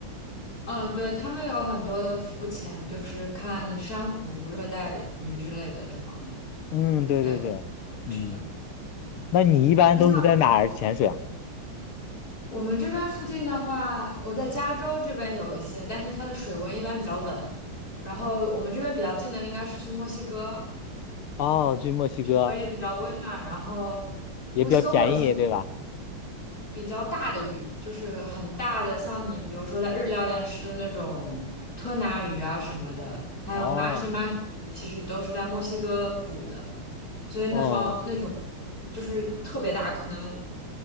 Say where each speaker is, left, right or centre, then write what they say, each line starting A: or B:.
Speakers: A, on the left (about 40°); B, on the left (about 85°).
A: 嗯，对，他们有很多的浮潜，就是看珊瑚、热带鱼之类的这方面。
B: 嗯，对对对，
A: 对，
B: 嗯，
A: 是的。
B: 那你一般都是在哪儿潜水啊？
A: 那像。我们这边附近的话，我在加州这边有一些，但是它的水温一般比较冷。然后我们这边比较近的应该是去墨西哥，
B: 哦，去墨西哥
A: 温也比较温暖。然后墨西哥会有一些
B: 也比较便宜，对吧？
A: 比较大的鱼，就是很大的，像你比如说在日料店吃的那种吞拿鱼啊什么的，还有马
B: 哦
A: a h i 其实都是在墨西哥捕的，所以那方那种
B: 哦，
A: 就是特别大，可能